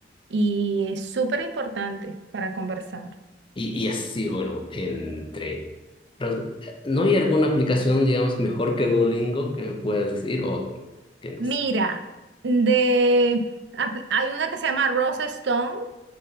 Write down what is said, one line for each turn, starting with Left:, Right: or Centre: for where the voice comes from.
Right: Y es súper importante para conversar.
Left: Y, y así, bueno, entre... pero, eh, ¿No hay alguna aplicación, digamos, mejor que Duolingo que me puedas decir? O qué más
Right: Mira, de, apl- hay una que se llama Rose Stone,